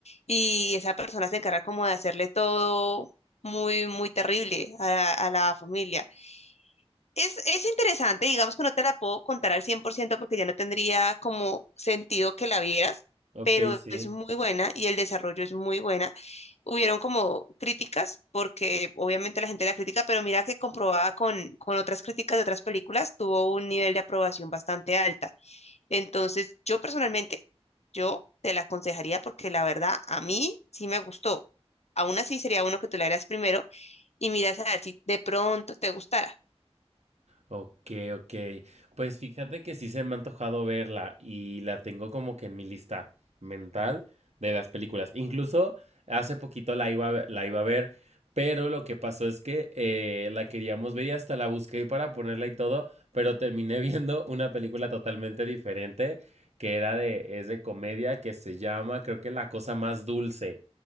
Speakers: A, on the left; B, on the right.
A: y esa persona se encarga como de hacerle todo muy, muy terrible a, la- a la familia. Es, es interesante, digamos que no te la puedo contar al 100% porque ya no tendría como sentido que la vieras,
B: Ok,
A: pero
B: sí.
A: es muy buena y el desarrollo es muy buena. Hubieron como críticas, porque obviamente la gente la critica, pero mira que comprobada con, con otras críticas de otras películas, tuvo un nivel de aprobación bastante alta. Entonces, yo personalmente, yo te la aconsejaría porque la verdad a mí sí me gustó. Aún así sería bueno que tú la vieras primero y miras a ver si de pronto te gustara.
B: Ok, ok. Pues fíjate que sí se me ha antojado verla y la tengo como que en mi lista mental de las películas. Incluso hace poquito la iba a ver, la iba a ver, pero lo que pasó es que eh, la queríamos ver y hasta la busqué para ponerla y todo, pero terminé <laughs> viendo una película totalmente diferente que era de, es de comedia que se llama, creo que La cosa más dulce